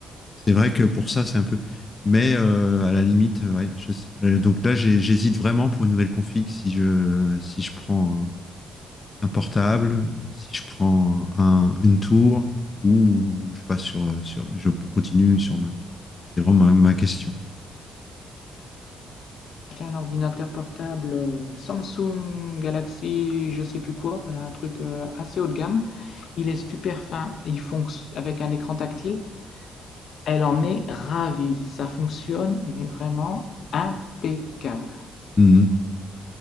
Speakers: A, on the left; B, on the left.
A: c'est vrai que pour ça, c'est un peu, mais euh, à la limite, euh, ouais, je sais- euh, donc là, j'ai- j'hésite vraiment pour une nouvelle config si je, si je prends euh, un portable, si je prends un, une tour ou je passe sur, sur, je continue sur Mac. C'est vraiment ma, ma question.
B: acheté un ordinateur portable euh, Samsung Galaxy, je sais plus quoi, ouais, un truc euh, assez haut de gamme. Il est super fin, il fonctionne avec un écran tactile. Elle en est ravie, ça fonctionne, mais vraiment impeccable.
A: Mhm.